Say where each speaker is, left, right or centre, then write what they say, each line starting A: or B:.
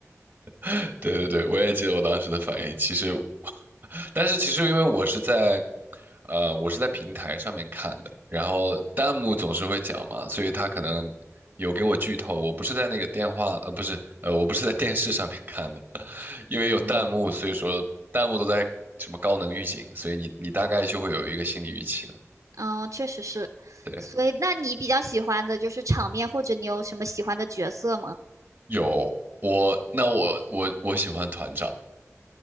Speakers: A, on the right; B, on the right.
A: <laughs> 对对对，我也记得我当时的反应。其实，<laughs> 但是其实因为我是在，呃，我是在平台上面看的，然后弹幕总是会讲嘛，所以他可能有给我剧透。我不是在那个电话，呃，不是，呃，我不是在电视上面看的，因为有弹幕，
B: 嗯，
A: 所以说弹幕都在什么高能预警，所以你你大概就会有一个心理预期了。
B: 嗯，确实是。
A: 对，
B: 所以，那你比较喜欢的就是场面，或者你有什么喜欢的角色吗？
A: 有我，那我我我喜欢团长，